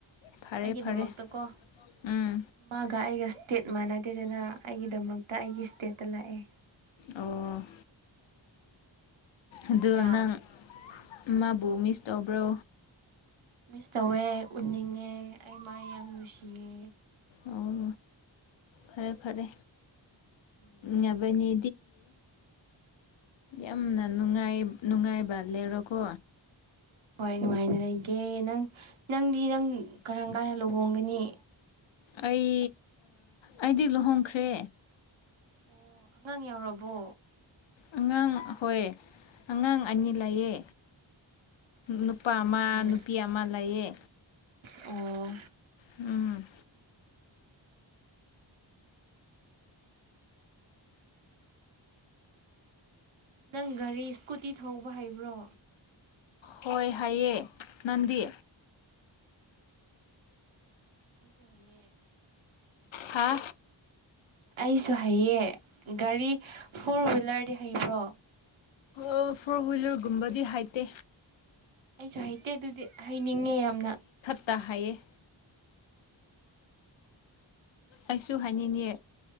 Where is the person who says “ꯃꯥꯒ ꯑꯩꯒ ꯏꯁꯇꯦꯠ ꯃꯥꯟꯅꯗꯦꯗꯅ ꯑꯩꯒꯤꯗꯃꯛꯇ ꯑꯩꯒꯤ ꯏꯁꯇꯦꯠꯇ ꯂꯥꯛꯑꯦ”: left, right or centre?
Right